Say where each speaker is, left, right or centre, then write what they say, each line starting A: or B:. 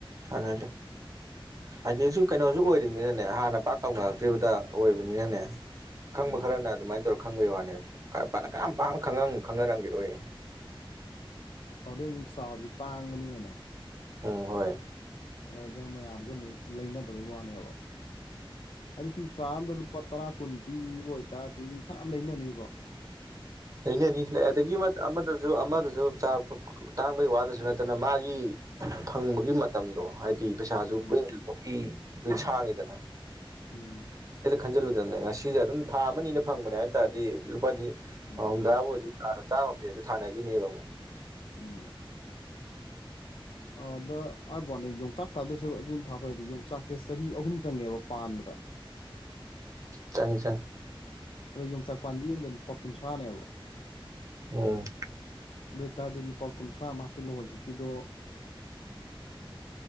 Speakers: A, on the right (about 35°); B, on the left (about 70°).
A: ꯐꯅꯗꯦ ꯍꯥꯏꯗꯤꯁꯨ ꯀꯩꯅꯣꯁꯨ ꯑꯣꯏꯔꯤꯃꯤꯅꯅꯦ ꯍꯥꯟꯅ ꯄꯥꯛ ꯇꯧꯅꯗ꯭ꯔꯤꯕꯗ
B: ꯎꯝ
A: ꯑꯣꯏꯕꯅꯤꯅꯅꯦ ꯈꯪꯕ
B: ꯎꯝ
A: ꯈꯔꯅ ꯑꯗꯨꯃꯥꯏꯅ ꯇꯧꯔꯒ ꯈꯪꯕꯒꯤ ꯋꯥꯅꯦ ꯐꯅ ꯀꯌꯥꯝ ꯄꯥꯛꯅ ꯈꯪꯅꯔꯝꯒꯔꯣꯏ
B: ꯑꯗꯨꯗꯩ ꯑꯃꯨꯛ ꯆꯥꯔꯁꯨ ꯇꯥꯡꯕꯅꯤꯅꯅꯦ
A: ꯎꯝ ꯍꯣꯏ
B: ꯑꯗꯨꯗ ꯃꯌꯥꯝꯁꯦ ꯑꯃꯨꯛ ꯂꯩꯅꯗꯕꯩ ꯋꯥꯅꯦꯕ ꯍꯥꯏꯗꯤ ꯁꯨꯝ ꯆꯥ ꯑꯝꯗ ꯂꯨꯄꯥ ꯇꯔꯥ ꯀꯨꯟ ꯄꯤꯕ ꯑꯣꯏꯇꯥꯔꯗꯤ ꯃꯤ ꯐꯔꯌꯥꯝ ꯂꯩꯅꯅꯤꯕꯣ
A: ꯂꯩꯅꯅꯤ ꯂꯩ ꯑꯗꯒꯤ ꯑꯃ ꯑꯗꯨ ꯑꯃꯗꯁꯨ ꯆꯥꯔ ꯇꯥꯡꯕꯩ ꯋꯥꯗꯁꯨ ꯅꯠꯇꯅ ꯃꯥꯒꯤ ꯐꯪꯕꯒꯤ ꯃꯇꯝꯗꯣ ꯍꯥꯏꯗꯤ ꯗꯤ ꯄꯩꯁꯥꯁꯨ
B: ꯎꯝ
A: ꯀꯨꯏꯅꯒꯤ ꯑꯗꯨ ꯁꯥꯡꯉꯤꯗꯅ
B: ꯎꯝ
A: ꯀꯇ ꯈꯟꯖꯜꯂꯨꯗꯕꯅꯦ ꯉꯁꯤꯗ ꯑꯗꯨꯝ ꯊꯥ ꯑꯃ ꯑꯅꯤꯅ ꯐꯪꯕꯅꯦ ꯍꯥꯏꯇꯥꯥꯔꯗꯤ ꯂꯨꯄꯥꯗꯤ
B: ꯎꯝ
A: ꯍꯨꯝꯝꯗꯥꯕꯨ ꯑꯣꯏꯁꯨ ꯆꯥ ꯆꯥꯝꯃ ꯄꯤꯔꯁꯨ ꯊꯥꯅꯈꯤꯅꯦꯕ ꯑꯃꯨꯛ
B: ꯎꯝ ꯑꯣ ꯑꯗ ꯍꯥꯏꯕꯋꯅꯦ ꯌꯣꯡꯆꯥꯛ ꯊꯥꯗꯣꯏ ꯁꯔꯨꯛ ꯑꯗꯨ ꯊꯥꯕ ꯑꯣꯏꯗꯤ ꯌꯣꯡꯆꯥꯛꯁꯦ ꯆꯍꯤ ꯑꯍꯨꯝ ꯆꯪꯉꯦꯕ ꯄꯥꯟꯕꯗ
A: ꯆꯪꯉꯤ ꯆꯪꯉꯤ
B: ꯑꯗꯣ ꯌꯣꯡꯆꯥꯛ ꯄꯥꯝꯕꯤ ꯑꯃꯗ ꯂꯨꯄꯥ ꯀꯨꯟꯊ꯭ꯔꯥꯅꯦꯕ
A: ꯎꯝ
B: ꯑꯗꯨ ꯑꯣꯏꯇꯥꯔꯗꯤ ꯂꯨꯄꯥ ꯀꯨꯟꯊ꯭ꯔꯥ ꯑꯃ ꯍꯥꯞꯤꯜꯂꯛꯑꯣ ꯍꯧꯖꯤꯛꯀꯤꯗꯣ